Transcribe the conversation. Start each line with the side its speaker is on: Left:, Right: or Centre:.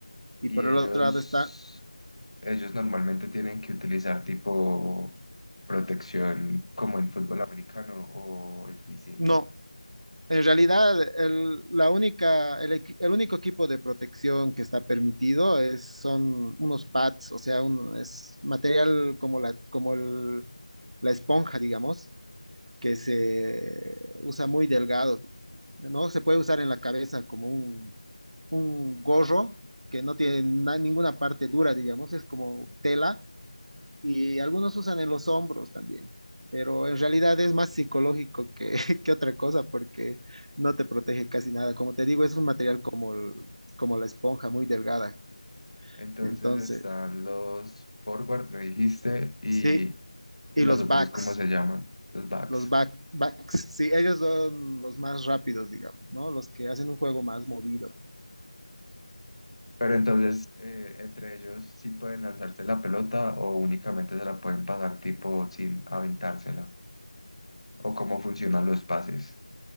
Right: Y
Left: Y
Right: por
Left: ellos,
Right: el otro lado está,
Left: ellos normalmente tienen que utilizar tipo protección como en fútbol americano o es distinto.
Right: no, en realidad el, la única, el, equi- el único equipo de protección que está permitido es, son unos pads, o sea, un- es material como la, como el- la esponja, digamos, que se usa muy delgado, ¿no? Se puede usar en la cabeza como un un gorro que no tiene na- ninguna parte dura, digamos, es como tela y algunos usan en los hombros también, pero en realidad es más psicológico que, <laughs> que otra cosa porque no te protege casi nada. Como te digo, es un material como, el- como la esponja, muy delgada.
Left: Entonces
Right: Entonces,
Left: están los forward, me dijiste, y
Right: sí, y
Left: los
Right: los
Left: otros,
Right: backs,
Left: ¿cómo se llaman? Los backs.
Right: los back, backs, sí, ellos son los más rápidos, digamos, ¿no? Los que hacen un juego más movido.
Left: Pero entonces, eh, entre ellos sí pueden lanzarse la pelota o únicamente se la pueden pasar tipo sin aventársela. O cómo funcionan los pases.